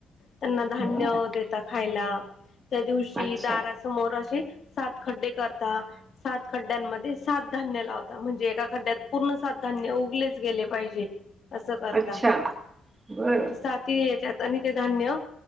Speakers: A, on the left; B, on the right.
A: त्यांना धान्य
B: बर.
A: देता खायला त्या दिवशी
B: अच्छा
A: दारासमोर असे सात खड्डे करता सात खड्ड्यांमध्ये सात धान्य लावता म्हणजे एका खड्ड्यात पूर्ण सात धान्य उगलेच गेले पाहिजे असं करता
B: अच्छा बर
A: म्हणजे साती याच्यात आणि ते धान्य